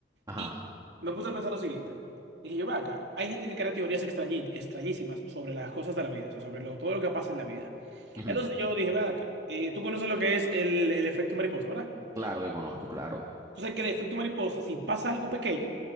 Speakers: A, on the right; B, on the right.
A: Ajá.
B: Y me puse a pensar lo siguiente. Dije yo, ve acá, hay gente que crea teorías extrañi- extrañísimas sobre las cosas de la vida, o sea, sobre lo- todo lo que pasa en la vida.
A: ujú,
B: Entonces yo dije, ve acá, eh, tú conoces lo que es el, el efecto mariposa, ¿verdad?
A: Claro que conozco, claro.
B: Tú sabes que el efecto mariposa, si pasa algo pequeño,